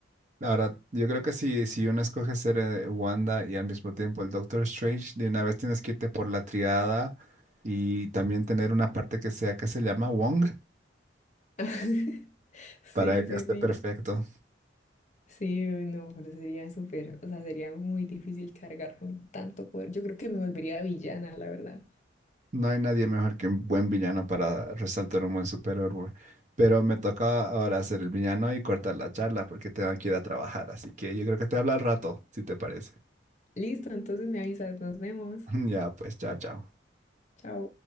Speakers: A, on the right; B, on the left.
A: Ahora, yo creo que si, si uno escoge ser eh, Wanda y al mismo tiempo el Doctor Strange, de una vez tienes que irte por la triada y también tener una parte que sea que se llama Wong
B: <laughs> Sí,
A: para que
B: sí,
A: esté
B: sí.
A: perfecto.
B: Sí, uy, no, pero sería súper, o sea, sería muy difícil cargar con tanto poder. Yo creo que me volvería villana, la verdad.
A: No hay nadie mejor que un buen villano para resaltar un buen superhéroe. Pero me toca ahora ser el villano y cortar la charla porque tengo que ir a trabajar. Así que yo creo que te hablo al rato, si te parece.
B: Listo, entonces me avisas, nos vemos.
A: <laughs> Ya, pues, chao, chao.
B: Chao.